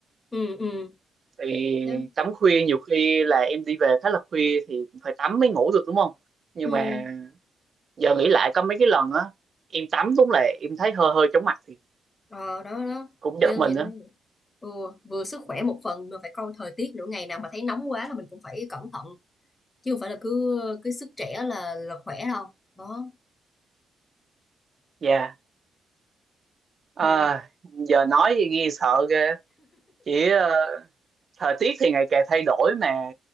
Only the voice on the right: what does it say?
thì
tắm khuya nhiều khi là em đi về khá là khuya thì cũng phải tắm mới ngủ được đúng không? Nhưng
mà giờ nghĩ lại có mấy cái lần á em tắm đúng là em thấy hơi hơi chóng mặt thì
cũng giật
mình
á.
Dạ À,
giờ nói thì nghe sợ ghê chỉ ờ, thời tiết thì ngày càng thay đổi mà